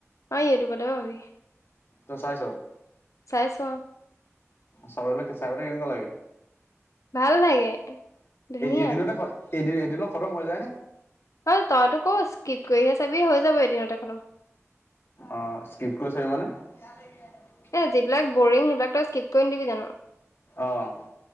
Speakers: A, on the left; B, on the left.
A: অ' ইউটিউবতে পাবি।
B: তই চাইছ,
A: চাইছো অ
B: চাবলে চাই কিনে কেনেকুৱা লাগে?
A: ভাল লাগে ধুনীয়া
B: এদিনতে এদিন এদিনত খতম হৈ যায়নে?
A: অ' তই <unintelligible> স্কিপ কৰিহে চাবি হৈ যাব এদিনতে খতম।
B: অ' স্কিপ্ট কৰি চাবি মানে। <unintelligible>
A: এই যিবিলাক বৰিং সেইবিলাক তই স্কিপ কৰি নিদিবি জানো?
B: অ'।